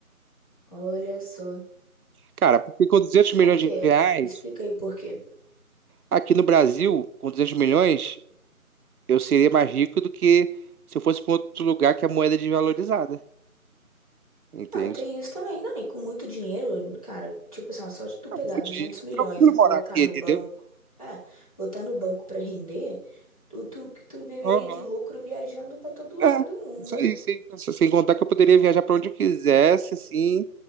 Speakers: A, on the left (about 25°); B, on the right (about 80°).
A: Olha só.
B: Cara, porque com 200 milhões
A: Por quê?
B: de reais,
A: Explica aí por quê.
B: aqui no Brasil, com 200 milhões, eu seria mais rico do que se eu fosse para outro lugar que a moeda é desvalorizada. Entende?
A: Ah, tem isso também. Não, e com muito dinheiro, cara, tipo assim, ó, só de tu pegar
B: Ah, com muito
A: 200
B: dinheiro, é
A: milhões
B: tranquilo
A: e colocar
B: morar aqui,
A: no
B: entendeu?
A: banco, é, botar no banco pra render, tu, tu, tu viveria
B: Aham.
A: de lucro viajando pra todo lugar
B: É,
A: do mundo,
B: isso aí.
A: né?
B: Sem, sem contar que eu poderia viajar para onde eu quisesse, assim,